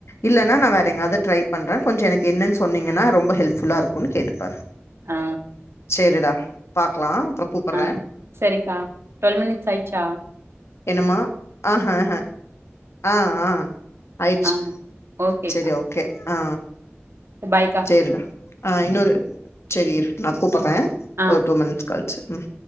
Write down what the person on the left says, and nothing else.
இல்லன்னா நா வேற எங்காவ்து ட்ரை பண்றே கொஞ்ச எனக்கு என்னன் சொன்னீங்கன்னா ரொம்ப ஹெல்ப்ஃபுல்லா இருக்குன் கேட்டுப்பாரு
சேரிடா பாக்லா அப்றோ கூப்பட்றே
என்னம்மா ஆஹ ஆஹ ஆ ஆ ஆயிட்ச்சு
செரி ஓகே ஆ
சேரிடா ஆ இன்னொரு சேரி இரு நா கூப்புர்றே
ஒரு டூ மினிட்ஸ் கழிச்சு ம்